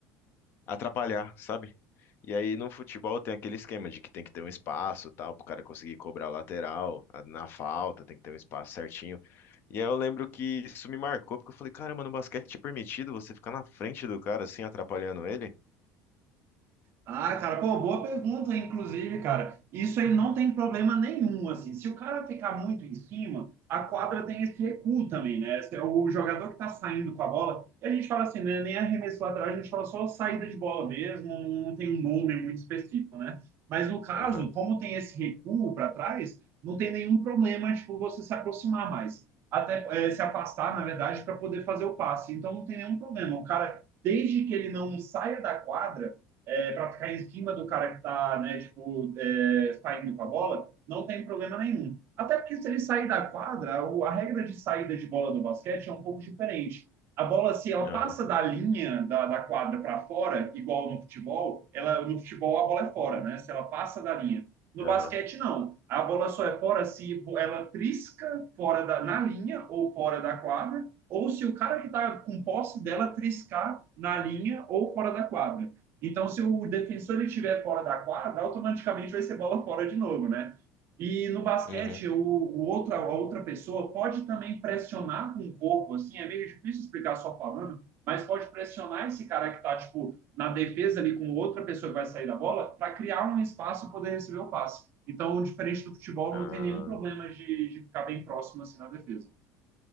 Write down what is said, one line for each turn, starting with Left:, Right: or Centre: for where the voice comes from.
Left: atrapalhar, sabe? E aí no futebol tem aquele esquema de que tem que ter um espaço, tal, pro cara conseguir cobrar a lateral, a- na falta, tem que ter um espaço certinho. E aí eu lembro que isso me marcou, porque eu falei, caramba, no basquete é permitido você ficar na frente do cara, assim, atrapalhando ele?
Right: Ah, cara, pô, boa pergunta, inclusive, cara. Isso aí não tem problema nenhum, assim. Se o cara ficar muito em cima, a quadra tem esse recuo também, né? Esse é O jogador que tá saindo com a bola, e a gente fala assim, né? Nem arremesso lateral, a gente fala só saída de bola mesmo, não tem um nome muito específico, né? Mas no caso,
Left: Aham,
Right: como tem esse recuo para trás, não tem nenhum problema, tipo, você se aproximar mais. Até eh, se afastar, na verdade, para poder fazer o passe. Então não tem nenhum problema. O cara, desde que ele não saia da quadra é, para ficar em cima do cara que está né, tipo, é, saindo com a bola, não tem problema nenhum. Até porque se ele sair da quadra, a regra de saída de bola do basquete é um pouco diferente. A bola, se ela
Left: aham,
Right: passa da linha da, da quadra para fora, igual no futebol, ela, no futebol a bola é fora, né? Se ela passa da linha. No
Left: aham.
Right: basquete, não. A bola só é fora se ela trisca fora da, na linha ou fora da quadra, ou se o cara que está com posse dela triscar na linha ou fora da quadra. Então, se o defensor ele estiver fora da quadra, automaticamente vai ser bola fora de novo, né? E no basquete,
Left: Uhum.
Right: o, o outra, a outra pessoa pode também pressionar com o corpo, assim, é meio difícil explicar só falando, mas pode pressionar esse cara que está, tipo, na defesa ali com outra pessoa que vai sair da bola, para criar um espaço e poder receber o passe. Então, diferente do futebol,
Left: Ah,
Right: não tem nenhum problema de, de ficar bem próximo, assim, na defesa.